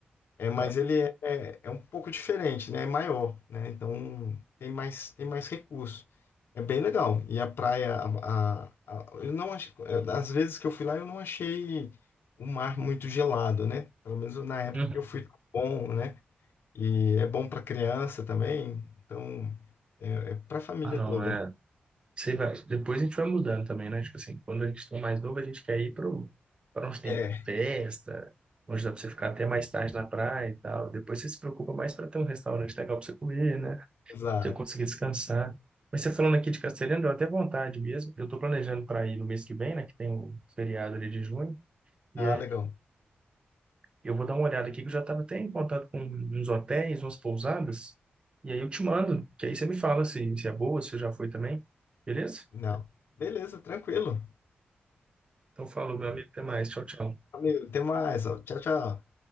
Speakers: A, on the left; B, on the right.
A: É, mas
B: Não.
A: ele é, é, é um pouco diferente, né? É maior, né? Então tem mais tem mais recurso. É bem legal. E a praia, a, a- a- eu não achei, às vezes que eu fui lá, eu não achei o mar muito gelado, né? Pelo menos na época
B: Uhum.
A: que eu fui, tá bom, né? E é bom para criança também, então é, é para a família
B: Ah, não,
A: toda.
B: é.
A: né?
B: Sei, vai. Depois a gente vai mudando também, né? Tipo assim, quando a gente tá mais novo, a gente quer ir pro, pra onde tem
A: É,
B: festa, onde dá pra você ficar até mais tarde na praia e tal. Depois você se preocupa mais pra ter um restaurante legal pra você comer, né? Pra
A: exato.
B: você conseguir descansar. Mas você falando aqui de Castelhanos, deu até vontade mesmo. Eu tô planejando pra ir no mês que vem, né? Que tem o feriado ali de junho. E
A: Ah,
B: aí
A: legal.
B: Eu vou dar uma olhada aqui, que eu já estava até em contato com uns hotéis, umas pousadas, e aí eu te mando, que aí você me fala se, se é boa, se você já foi também, beleza?
A: Não. Beleza, tranquilo.
B: Então, falou, meu amigo, até mais. Tchau, tchau.
A: Valeu, Até mais. ó. Tchau, tchau.